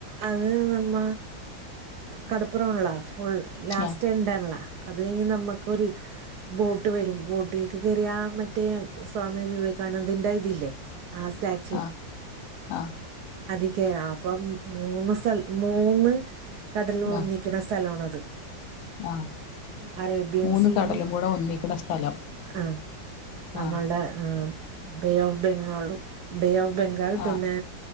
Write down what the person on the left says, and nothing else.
ഞാ
ആഹ് ആഹ്
ആഹ്
ആഹ്
മൂന്ന്
കടലും കൂടെ ഒന്നിക്കണ സ്ഥലം
ആഹ്
ആഹ്